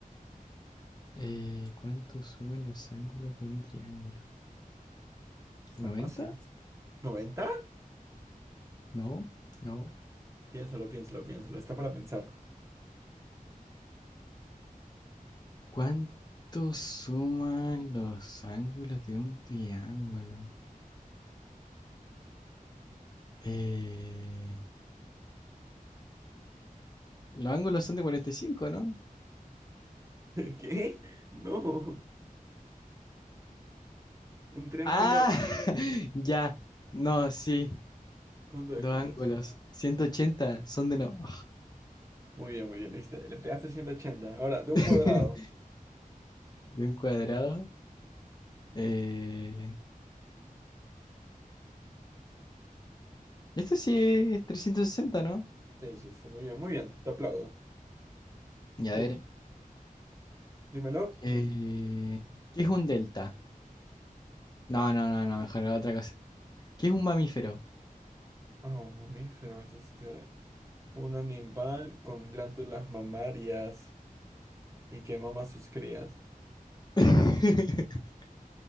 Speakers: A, on the left; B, on the right.
A: Eh, ¿cuánto suman los ángulos de un triángulo?
B: Está
A: Noventa?
B: fácil. ¿90?
A: No, no.
B: Piénsalo, piénsalo, piénsalo, está para pensar.
A: ¿Cuánto suman los ángulos de un triángulo? Eh, los ángulos son de 45, ¿no?
B: <laughs> ¿Qué? No, un triángulo,
A: Ah, <laughs> ya. No, sí.
B: ¿cuánto
A: Los
B: es? ¿Cuánto
A: ángulos.
B: es?
A: 180, son de no.
B: Muy bien, muy bien, le, diste- le pegaste 180. Ahora, de un
A: <laughs>
B: cuadrado.
A: de un cuadrado. Eh, Este sí es 360, ¿no?
B: Sí, sí, sí, muy bien, muy bien, te aplaudo.
A: Y a
B: Le-
A: ver,
B: dímelo.
A: eh, ¿qué es un delta? No, no, no, no, mejor la otra cosa. ¿Qué es un mamífero?
B: Ah, un mamífero es este, un animal con glándulas mamarias y que mama a sus crías.
A: <laughs>